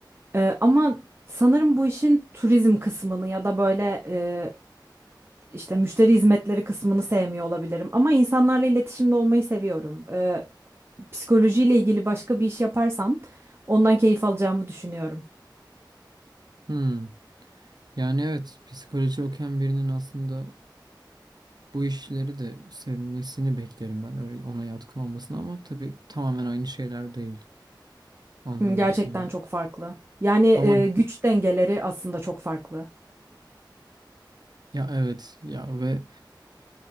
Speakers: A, on the right (about 30°); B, on the right (about 60°).
A: Eee, ama sanırım bu işin turizm kısmını ya da böyle e, işte müşteri hizmetleri kısmını sevmiyor olabilirim. Ama insanlarla iletişimde olmayı seviyorum. Eee psikolojiyle ilgili başka bir iş yaparsam ondan keyif alacağımı düşünüyorum.
B: Hmm. Yani evet psikoloji okuyan birinin aslında bu işleri de sevmesini beklerim ben öyle ona yatkın olmasını ama tabii tamamen aynı şeyler değil. Anlıyorum
A: Hı, Gerçekten
B: seni.
A: çok farklı. Yani
B: Ama
A: e, güç dengeleri aslında çok farklı.
B: ya evet ya ve